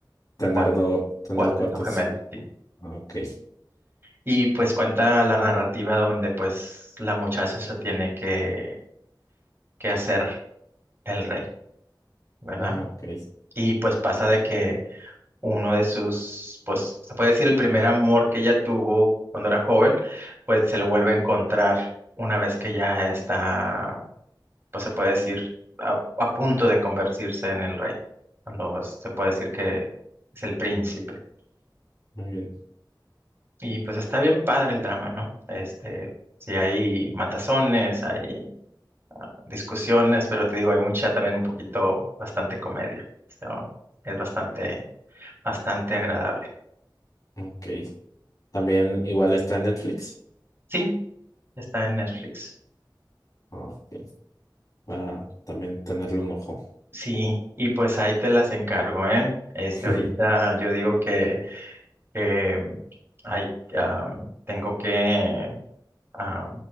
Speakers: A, on the left; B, on the right.
A: tener
B: cuates,
A: do, tener
B: cuates
A: cuates.
B: o gemelos, sí.
A: Ah, ok.
B: Y pues cuenta la narrativa donde pues la muchacha se tiene que, que hacer el rey, ¿verdad?
A: Ah, ok.
B: Y pues pasa de que uno de sus, pues se puede decir el primer amor que ella tuvo cuando era joven, pues se lo vuelve a encontrar una vez que ya está, pues se puede decir, a, a punto de convertirse en el rey, cuando es- se puede decir que es el príncipe.
A: Muy bien. <laughs>
B: Y pues está bien padre el drama, ¿no? Este, sí hay matazones, hay discusiones, pero te digo, hay mucha también un poquito, bastante comedia. O sea, es bastante, bastante agradable.
A: Mm, Ok. También igual está en Netflix.
B: Sí, está en Netflix.
A: Ah, ok. Para también tenerle un ojo.
B: Sí, y pues ahí te las encargo, ¿eh? Este,
A: <laughs>
B: ahorita yo digo que, que mm, ay, ah, tengo que ah,